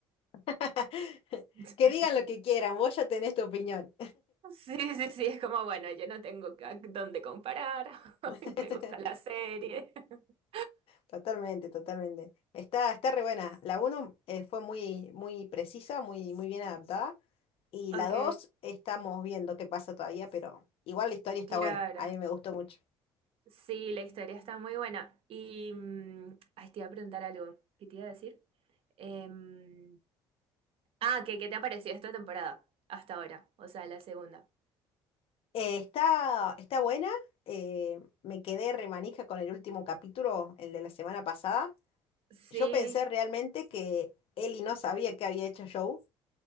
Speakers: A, on the left; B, on the right.
A: <laughs>
B: <laughs>
A: Que digan lo que quieran, vos ya tenés tu opinión.
B: Sí, sí, sí, es como, bueno, yo no tengo ca- dónde comparar. <laughs>
A: <laughs>
B: Me gusta la serie. <laughs>
A: Totalmente, totalmente. Está, está re buena. La 1 fue muy, muy precisa, muy, muy bien adaptada. Y
B: Ok,
A: la 2 estamos viendo qué pasa todavía, pero igual la historia está
B: claro.
A: buena. A mí me gustó mucho.
B: Sí, la historia está muy buena. Y, mm, ay, te iba a preguntar algo. ¿Qué te iba a decir? Em, ah, que, ¿qué te ha parecido esta temporada hasta ahora? O sea, la segunda.
A: Eh, está, está buena. eh, me quedé remanija con el último capítulo, el de la semana pasada.
B: Sí,
A: Yo pensé realmente que Ellie no sabía que había hecho Joe.